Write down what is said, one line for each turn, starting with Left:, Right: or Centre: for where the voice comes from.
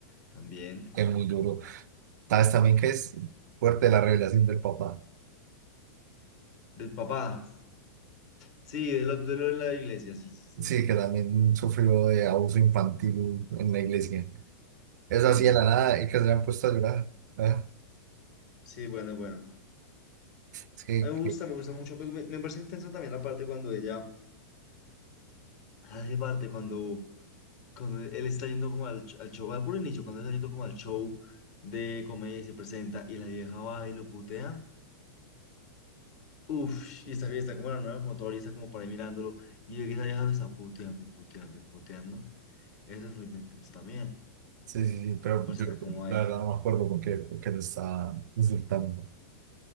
Left: También.
Right: que es muy duro. Sabes también que es fuerte la revelación del papá.
Left: Del papá. Sí, de lo, de lo de la iglesia, sí, sí,
Right: Sí,
Left: sí.
Right: que también sufrió de abuso infantil en la iglesia. Eso
Left: Sí,
Right: así de la nada y que se le han puesto a llorar. Ah,
Left: sí, bueno, bueno.
Right: Sí,
Left: A mí me gusta, me gusta mucho. pero Me, me parece intenso también la parte cuando ella hace parte, cuando, cuando él está yendo como al, ch- al show, al puro inicio, cuando está yendo como al show de comedia y se presenta y la vieja va y lo putea. Uf, y está, y está como la nueva, como todavía está como por ahí mirándolo. Y ve que esa vieja lo está puteando y puteando y puteando. Eso fue intenso también.
Right: Sí, sí, sí, pero
Left: Me parecerá
Right: yo
Left: como va
Right: la verdad no me acuerdo por qué, por qué lo estaba insultando.